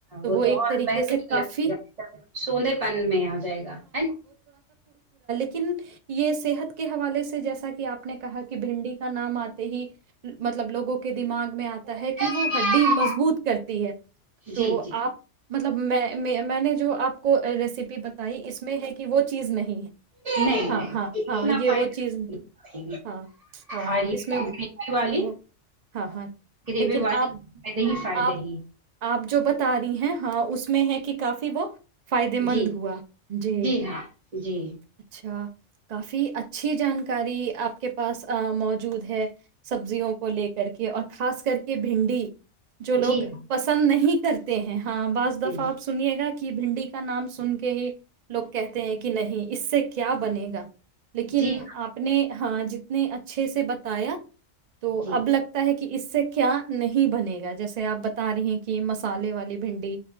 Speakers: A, on the right; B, on the right.
A: وہ تو
B: ایک
A: اور
B: طریقے
A: بہترین
B: سے کافی
A: لگے گا سوندے پن میں آ جائے گا ہے نا
B: ن یہ صحت کے حوالے سے جیسا کہ آپ نے کہا کہ بھنڈی کا نام آتے ہی مطلب لوگوں کے دماغ میں آتا ہے
A: نا
B: کہ وہ ہڈی مضبوط کرتی ہے
A: جی
B: تو
A: جی
B: آپ مطلب میں میں نے جو آپ کو ریسیپی بتائی اس میں ہے کہ وہ چیز نہیں ہے
A: نہیں
B: ہاں،
A: نہیں
B: ہاں،
A: اتنا
B: ہاں، یہ
A: فائدہ
B: وہ چیز نہیں- ہاں، ہاں،
A: اور یہ
B: اس میں
A: گریوے
B: وہ
A: والے
B: وہ ہاں، ہاں،
A: گریوے
B: لیکن
A: والے
B: آپ
A: فائدے ہی فائدے
B: آپ
A: ہی
B: آپ جو بتا رہی ہیں ہاں اس میں ہے کہ کافی وہ فائدے مند
A: جی
B: ہوا جی
A: ہاں جی
B: اچھا کافی اچھی جانک کاری آپ کے پاس موجود ہے سبزیوں کو لے کر کے اور خاص کر کے بھنڈی جو لوگ
A: جی ہاں
B: پسند نہیں کرتے ہیں ہاں بعض
A: جی
B: دفعہ آپ سنیےا کی بھنڈی کا نام سن کے ہی لوگ کہتے ہیں کہ نہیں اس سے کیا بنے گا لیکن
A: جی ہاں
B: اپنے ہاں جتنے اچھے سے بتایا تو
A: جی
B: اب لگتا ہے کہ اس سے کیا نہیں بنے گا جیسے آپ بتا ت رہی ہیں کہ مسالے والی بھنڈی